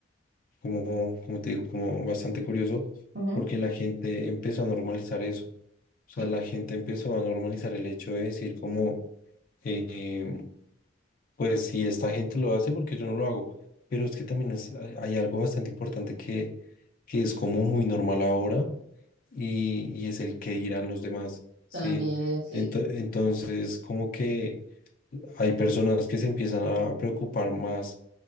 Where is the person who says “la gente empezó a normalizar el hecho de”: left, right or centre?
Left